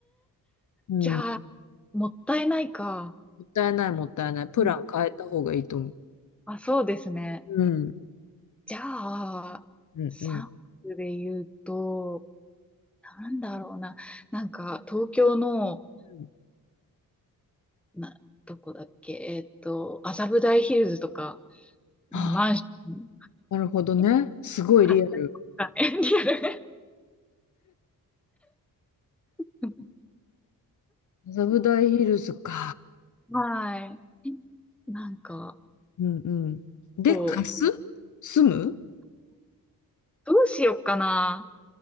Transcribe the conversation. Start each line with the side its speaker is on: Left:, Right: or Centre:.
Left: うん。
Centre: じゃあ、
Left: も
Centre: もったいないか。
Left: ったいない、もったいない。プラン変えた方がいいと思う。
Centre: うんあ、そうですね。
Left: うん。
Centre: じゃあ、
Left: うん、
Centre: 3区で言うと、
Left: うん。
Centre: なんだろうな。なんか、東京の、
Left: うん
Centre: な、どこだっけ、えっと、麻布台ヒルズとか
Left: あ、
Centre: のマンション
Left: なるほどね。すごいリアル。
Centre: 買ったりとかね。<laughs>
Left: 麻布台ヒルズか。
Centre: はい。なんか、
Left: うんうん。で、
Centre: こう、
Left: 貸す住む
Centre: どうしようかな。